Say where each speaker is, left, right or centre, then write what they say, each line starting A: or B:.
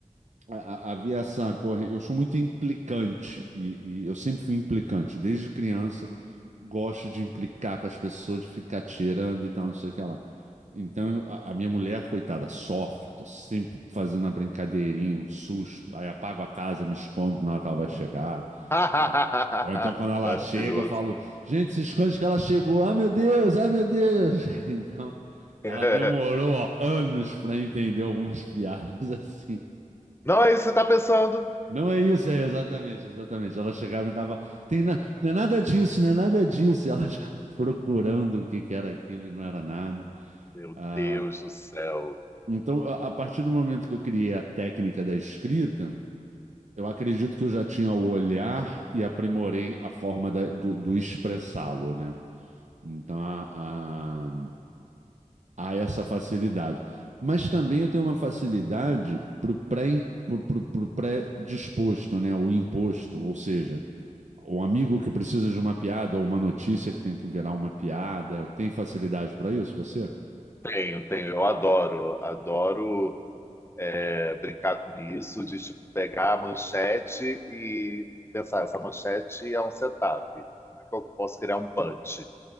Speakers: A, on the right; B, on the left.
A: a- a- havia essa corrente. Eu sou muito implicante e, e eu sempre fui implicante. Desde criança, gosto de implicar com as pessoas, de ficar tirando e tal, não sei o que lá. Então, eu- a, a minha mulher, coitada, sofre. Tô sempre fazendo a brincadeirinha, um susto. Aí apago a casa, me escondo na hora que ela vai chegar.
B: <laughs>
A: Ou ou então, quando ela
B: Maravilhoso.
A: chega, eu falo: Gente, se esconde que ela chegou. Ai, meu Deus, ai, meu Deus. <laughs> Então.
B: <laughs>
A: Ela demorou ó, anos para entender algumas <laughs> piadas assim.
B: Não é isso que você tá pensando?
A: Não é isso, é exatamente, exatamente. Ela chegava em casa e falava, Tem na... não é nada disso, não é nada disso. E ela já <laughs> procurando o que que era aquilo e não era nada.
B: Meu
A: Ah,
B: Deus do céu.
A: então, a a partir do momento que eu criei a técnica da escrita, eu acredito que eu já tinha o olhar e aprimorei a forma da- do, do expressá-lo, né? Então, há, há- há essa facilidade. Mas também eu tenho uma facilidade para o pré, pro, pro, pro pré-disposto, né? O imposto, ou seja O amigo que precisa de uma piada ou uma notícia que tem que virar uma piada, tem facilidade para isso, você?
B: Tenho, tenho, eu adoro, adoro é, brincar com isso, de tipo, pegar a manchete e pensar, essa manchete é um setup, como é que eu posso criar um punch?